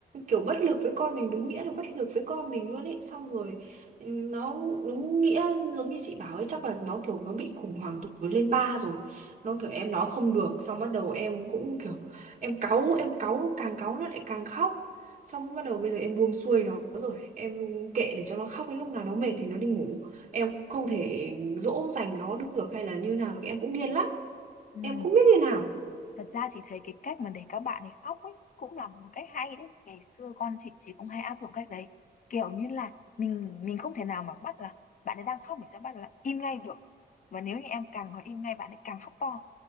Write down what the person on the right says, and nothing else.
kiểu bất lực với con mình đúng nghĩa là bất lực với con mình luôn ấy xong rồi ừm, nó đúng nghĩa giống như chị bảo ấy chắc là nó kiểu nó bị khủng hoảng tuổi lên ba rồi nó kiểu em nói không được xong bắt đầu em cũng kiểu em cáu em cáu càng cáu nó lại càng khóc xong bắt đầu bây giờ em buông xuôi nó rồi em kệ để cho nó khóc đến lúc nào nó mệt thì nó đi ngủ em không thể dỗ dành nó được hay là như nào được em cũng điên lắm
em không biết như nào